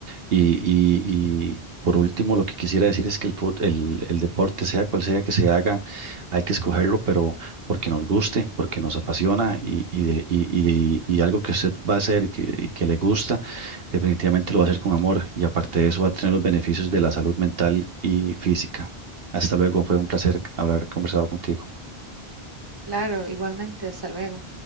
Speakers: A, on the right; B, on the right.
A: y, y- y por último lo que quisiera decir es que el, fut- el, el deporte, sea cual sea que se haga, hay que escogerlo, pero porque nos guste, porque nos apasiona y, y, de- y- y- y algo que usted va a hacer y que, y que le gusta, definitivamente lo va a hacer con amor y aparte de eso va a tener los beneficios de la salud mental y física. Hasta luego, fue un placer haber conversado contigo.
B: Claro, igualmente, hasta luego.